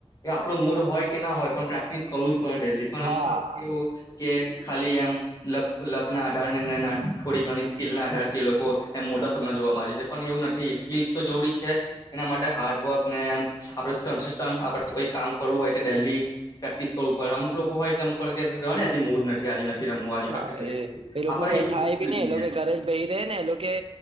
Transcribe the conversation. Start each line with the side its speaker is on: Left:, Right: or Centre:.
Left: એ આપડું મૂડ હોય કે ના હોય પણ પ્રેક્ટિસ કરવું જ પડે ડેલી
Right: હા
Left: અમુક <inaudible> કેવું કે ખાલી એમ લક લકના આધાર ને થોડી ઘણી સ્કીલ ના આધાર તે લોકો એમ મોટા સપના જોવા માંજે છે પણ એવું નથી સ્કીલસ તો જોડી છે જ એના માટે હાર્ડવર્ક ન્યામ આપડે ક આપડે કોઈ કામ કરવું હોય તો દિલ્લી પ્રેક્ટિસ કરવું પડ અમુક લોકો હોય અમુક રડે મૂડ નથી આજે નથી રમવું આજે
Right: હા
Left: પ્રેક્ટિસ નથી
Right: એ
Left: કરવી
Right: એ લોકો
Left: આપડે
Right: ન કઈ
Left: એવું
Right: થાય
Left: હોવું જોઈએ
Right: ભી નઈ એ લોકો ઘરે જ બહી રહે ને એ